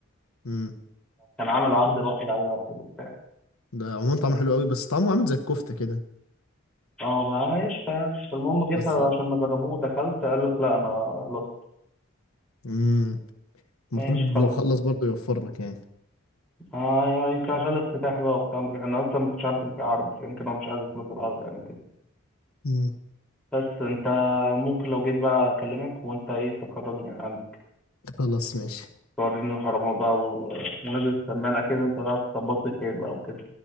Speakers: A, on the left; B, in the centre.
A: مم.
B: كان عامل عرض الواحد على واحد وبتاع
A: ده عموما طعمه حلو قوي بس طعمه عامل زي الكفته كده
B: اه معلش تمام المهم جيت
A: بس
B: عشان نجربوه دخلت قال لك لا أنا لا
A: مم. المفروض
B: ماشي خلص
A: لو خلص برضه يوفر لك يعني
B: اه يعني يمكن عشان الافتتاح بقى وبتاع أنا أصلا ما كنتش عارف إن في عرض فيمكن هو مش عايز يخلص العرض يعني وكده
A: مم.
B: بس أنت ممكن لو جيت بقى أكلمك وأنت إيه تخرجني يعني عندك.
A: خلاص ماشي
B: توريني الحرامية بقى و- ونزل السمان أكيد أنت هتعرف تظبط لي خير بقى وكده